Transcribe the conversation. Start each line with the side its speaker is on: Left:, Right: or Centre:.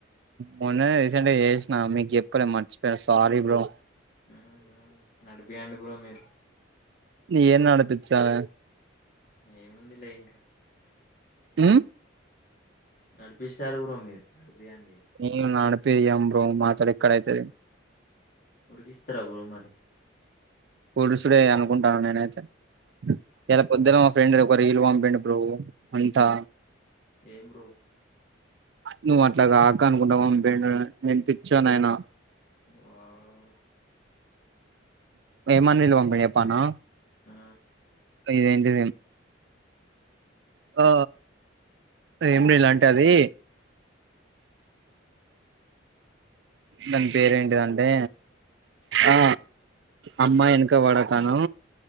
Right: మొన్న నే రీసెంట్ గా చేసినా మీకు చెప్పలే మర్చిపోయ సారీ బ్రో
Left: ఉహు నడిపియండి బ్రో మీరు
Right: ఎం నడిపిచ్చాలే
Left: ఏముంది లే ఇంకా
Right: ఉ
Left: నడిపిస్తారు బ్రో మీరు నడిపియండి
Right: మేము నడిపీయము బ్రో మాతోటి ఎక్కడ అయితది
Left: ఉరికిస్తారా బ్రో మరి
Right: పొడుసుడే అనుకుంటాను నేనైతే ఇయ్యాల పొద్దున మా ఫ్రెండ్ ఒకరిల్ పంపిండు బ్రో అంతా
Left: ఏం బ్రో
Right: నువ్వు అట్లాగాక అనుకుంటా మామ నేను పిచ్చోని అయినా
Left: వావ్
Right: ఏమని పిలువామన్నది చేప్పనా
Left: ఆ
Right: ఇదేంటిది ఆ ఏమ్ లేదు అంటే అది దాని పేరేంటిదంటే ఆ అమ్మాయి వెనక పడకను